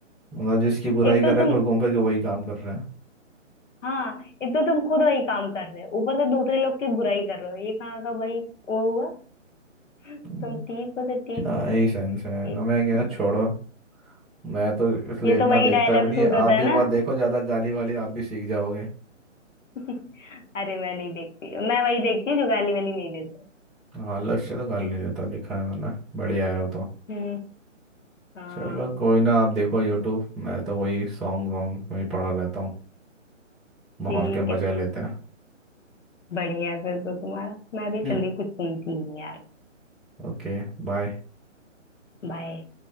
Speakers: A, in the centre; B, on the left.
A: मतलब जिसकी बुराई
B: एक
A: कर
B: तो
A: रहे
B: तुम
A: हैं और घूम फिर के वही काम कर रहे हैं
B: हाँ एक तो तुम खुद वही काम कर रहे हो ऊपर से दूसरे लोग की बुराई कर रहे हो ये कहाँ का भाई वो हुआ तुम
A: हम्म,
B: ठीक हो तो ठीक
A: क्या
B: है
A: ही सेंस है
B: एक
A: हमें क्या छोड़ो
B: <laughs>
A: मैं तो इसलिए
B: ये
A: इतना
B: तो वही
A: देखता
B: डायलॉग
A: भी नहीं
B: सूट
A: आप
B: होता
A: भी
B: है ना
A: मत देखो ज़्यादा गाली वाली आप भी सीख जाओगे
B: <laughs> अरे मैं नहीं देखती मैं वही देखती हूँ जो गाली वाली नहीं देते
A: हाँ लक्ष्य तो गाली नहीं देता देखा है मैंने बढ़िया है वो तो
B: हम्म हाँ
A: चलो कोई ना आप देखो यूट्यूब मैं तो वही सॉन्ग वॉन्ग में ही पड़ा रहता हूँ माहौल
B: ठीक
A: के मजे
B: है
A: लेते
B: बढ़िया है फिर तो तुम्हारा मैं भी
A: हैं
B: चल रही हूँ, कुछ सुनती हूँ यार
A: Okay bye
B: बाय